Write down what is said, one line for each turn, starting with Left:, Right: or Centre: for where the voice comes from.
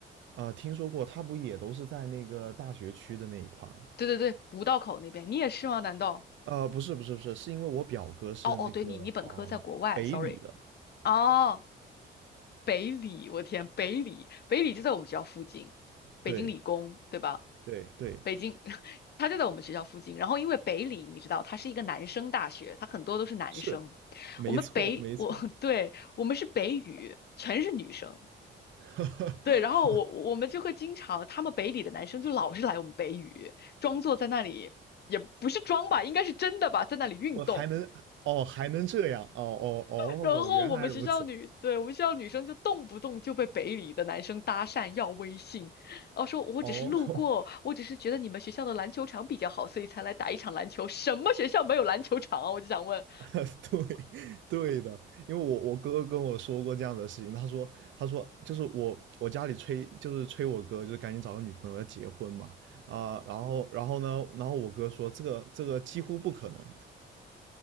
Right: 呃，听说过，他不也都是在那个大学区的那一块儿吗？
Left: 对对对，五道口那边，你也是吗？难道？
Right: 呃，不是不是不是，是因为我表哥是那个啊、
Left: 哦哦，对你，你本科在国外，sorry。
Right: 呃北理的，
Left: 哦，北理，我天，北理，北理就在我们学校附近，北京理工，
Right: 对
Left: 对吧？
Right: 对对，
Left: 北京，<laughs> 它就在我们学校附近。然后因为北理，你知道，它是一个男生大学，它很多都是男生。
Right: 是，没错没错，
Left: 我们北，我，<laughs> 对，我们是北语，全是女生。
Right: <laughs>
Left: 对，然后我我们就会经常，他们北理的男生就老是来我们北语，装作在那里，也不是装吧，应该是真的吧，在那里运动。
Right: 我还能哦还能这样哦哦哦，
Left: 然后我们学校女，
Right: 原来如此
Left: 对，我们学校女生就动不动就被北理的男生搭讪要微信，然后说我只是路过，
Right: 哦
Left: 我只是觉得你们学校的篮球场比较好，所以才来打一场篮球。什么学校没有篮球场啊？我就想问，
Right: <laughs> 对，对的，因为我我哥哥跟我说过这样的事情，他说他说就是我我家里催就是催我哥就是赶紧找个女朋友要结婚嘛啊、然后然后呢，然后我哥说这个这个几乎不可能，